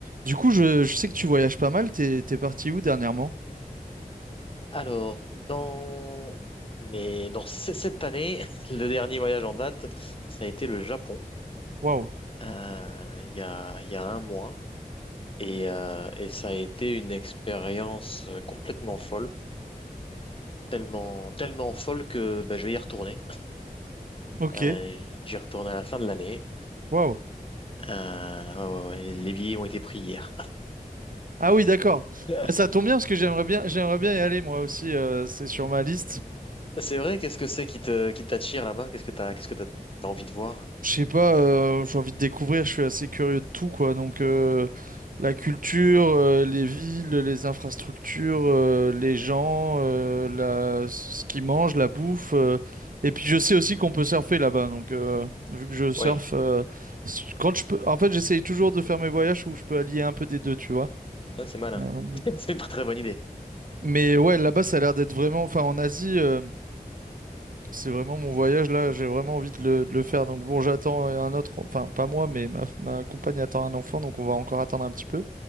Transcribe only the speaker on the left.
Alors, dans mais dans ce- cette année, <laughs> le dernier voyage en date, ça a été le Japon,
euh, il y a, il y a un mois. Et, euh, et ça a été une expérience euh, complètement folle, tellement, tellement folle que bah, je vais y retourner.
Euh, j'y retourne à la fin de l'année.
Euh, ouais, ouais, ouais, les billets ont été pris hier.
<laughs>
C'est vrai, qu'est-ce que c'est qui te, qui t'attire là-bas? Qu'est-ce que t'as, qu'est-ce que t'as, t'as envie de voir?
Oui,
c'est malin.
<laughs> C'est une très très bonne idée.